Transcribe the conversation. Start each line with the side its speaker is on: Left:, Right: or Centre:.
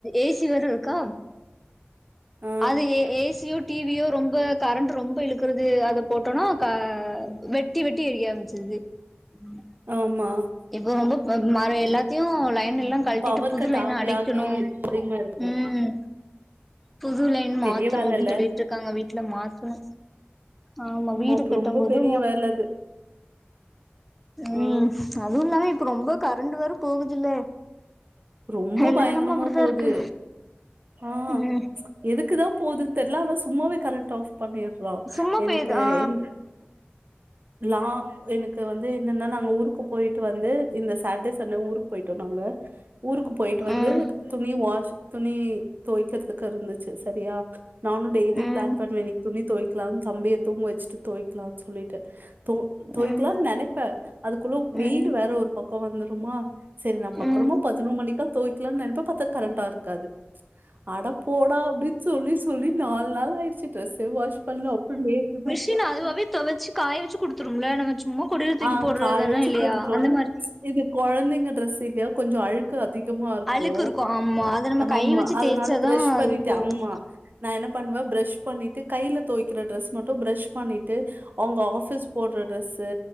Centre: ஏசி வேரு இருக்கா
Right: ஆ
Centre: அது A A C U T V யோ ரொம்ப கரண்ட் ரொம்ப இழுக்குறது அத போட்டோம்னா வெட்டி வெட்டி எரிய ஆம்பிச்சது ம்
Right: ஆமா
Centre: இப்ப ரொம்ப ம எல்லாத்தையு லைன் எல்லா கழட்டிட்டு
Right: பவர்
Centre: புதுல
Right: கட்
Centre: என்ன
Right: ஆகி
Centre: அடைக்கணு
Right: ஆகி அதிகமா இருக்கு
Centre: உம் புதுலைன்னு மாத்தணு
Right: பெரிய வேல
Centre: அப்டின்னு
Right: இல்ல
Centre: சொல்லிட்டு இருக்காங்க வீட்ல மாத்தணு ஆமா வீடு
Right: இப்ப
Centre: கட்டும்
Right: ரொம்ப
Centre: போது
Right: பெரிய வேல அது
Centre: <unintelligible>
Right: ஆ
Centre: ம் அதுவு இல்லாமே இப்ப ரொம்ப கரண்ட் வேற போகுதுல்ல
Right: ரொம்ப
Centre: எல்லா
Right: பயங்கரமா
Centre: இடமும் அப்படித்தான்
Right: போது
Centre: இருக்கு
Right: ஆ
Centre: ம்
Right: எதுக்குதா போதுன்னு தெர்ல ஆனா சும்மாவே கரெண்ட் ஆஃப் பண்ணிர்ரா
Centre: சும்மா
Right: எனக்கு
Centre: பெய்யுது ஆ
Right: என் லா எனக்கு வந்து என்னன்னா நாங்க ஊருக்கு போயிட்டு வந்து இந்த சேட்ர்டே சண்டே ஊருக்கு போயிட்டோ நாங்க ஊருக்கு போயிட்டு வந்து
Centre: ம்
Right: துணி வாஷ் துணி துவைக்கறதுக்கு இருந்துச்சு சரியா நானு டெய்லி
Centre: ம்
Right: பிளான் பண்ணுவ இன்னைக்கு துணி துவைக்கலானு தம்பிய தூங்க வச்சுட்டு துவைக்கலானு சொல்லிட்டு தூ தோவ்க்கலானு
Centre: ம்
Right: நெனைப்பே அதுக்குள்ள வெயில்
Centre: ம்
Right: வேற ஒரு பக்கோ வந்துருமா செரி நம்ம அப்புறமா
Centre: ம்
Right: பதினோ மணிக்கா தோய்கலானு நெனைப்ப பார்த்தா கரண்டா இருக்காது அட போடா அப்டின்னு சொல்லி சொல்லி நாலு நாள் ஆயிடுச்சு ட்ரெஸ்ஸே வாஷ் பண்ல அப்புற நேத்துதா
Centre: மிஸின் அதுவாவே துவச்சு காய வச்சு குடுத்துரும்ல நம்ம சும்மா கொடிலத்தூக்கி
Right: ஆ
Centre: போடுறது
Right: காய
Centre: தானே
Right: வச்சு
Centre: இல்லையா
Right: குடுத்துருவோ
Centre: அந்த மாரி
Right: இது கொழந்தைங்க டிரெஸ் இல்லையா கொஞ்சம் அழு க்கு அதிகமா இருக்கு
Centre: அழுக்கு ஆமா அத நம்ம கை
Right: ஆமா
Centre: வச்சு
Right: அதனால
Centre: தேய்ச்சாதா
Right: ப்ரஷ்
Centre: அது
Right: பண்ணிட்டே
Centre: போகு
Right: ஆமா நா என்ன பண்ணுவே ப்ரஷ் பண்ணிட்டு கைல துவைக்கிற ப்ரெஸ் மட்டு ப்ரஷ் பண்ணிட்டு அவுங்க ஆபிஸ் போடுற ட்ரெஸ்ஸு